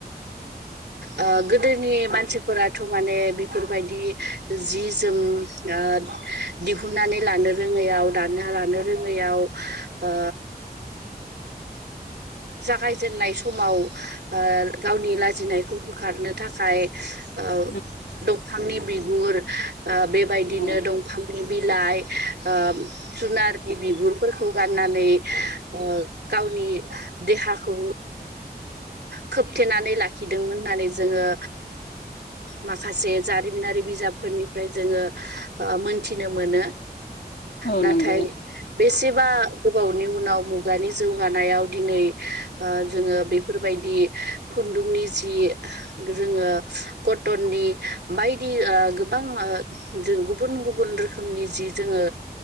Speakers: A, on the right; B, on the left.
A: ओ गोदोनि मानसिफोराथ' माने बेफोरबायदि जि जोम ओ दिहुननानै लानो रोङो लानो रोङैयाव ओ जागायजेननाय समाव ओ गावनि लाजिनायखौ होखारनो थाखाय ओ
B: औ
A: बिफांनि बिगुर ओ बेबायदिनो
B: औ
A: दंफांनि बिलाइ ओ जुनारनि बिगुरफोरखौ गाननानै ओ गावनि देहाखौ खोबथेनानै लाखिदोंमोन होननानै जोङो माखासे जारिमिनारि बिजाबफोरनिफ्राय जोङो मोनथिनो मोनो
B: नंगौ
A: नाथाय बेसेबा गोबावनि उनाव मुगानि जौगानायाव दिनै जोङो बेफोरबायदि खुन्दुंनि जि जोङो कटननि बायदि गोबां जों गुबुन गुबुन रोखोमनि जि जोङो